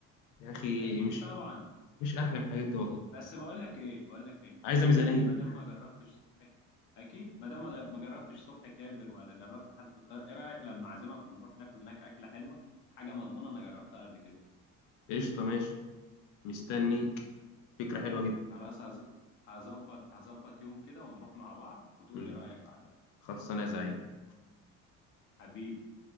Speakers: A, on the left; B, on the left.
A: يا أخي
B: اكيد
A: مش
B: طبعا
A: مش أحلى من الحاجات دي والله
B: بس بقول لك ايه بقول لك ايه
A: عايزة
B: ما
A: ميزانية
B: دام ما دام ما جربتش اكيد ما دام ما ما جربتش صبحي كابر ولا جربت حد في القاهره ايه رايك لما اعزمك ونروح ناكل هناك اكله حلوه حاجه مضمونه انا جربتها قبل كده
A: قشطة ماشي مستنيك فكرة حلوة جدا
B: خلاص هز- هظبط هظبط يوم كده ونروح مع بعض وتقول
A: مم.
B: لي رايك بعدها
A: خلاص أنا زعيم
B: حبيبي